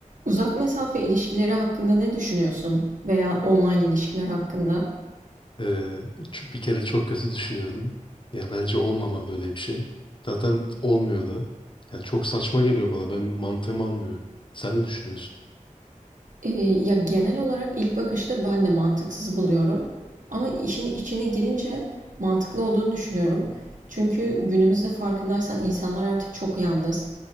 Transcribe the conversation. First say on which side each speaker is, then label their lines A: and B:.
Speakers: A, on the right; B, on the left.
A: Uzak mesafe ilişkileri hakkında ne düşünüyorsun veya online ilişkiler hakkında?
B: Ee, ç- bir kere çok kötü düşünüyorum. Ya bence olmamalı öyle bir şey. Zaten olmuyor da. Ya çok saçma geliyor bana. Ben mantığım almıyor. Sen ne düşünüyorsun?
A: Eee, ya genel olarak ilk bakışta ben de mantıksız buluyorum. Ama işin içine girince mantıklı olduğunu düşünüyorum. Çünkü günümüzde farkındaysan insanlar artık çok yalnız.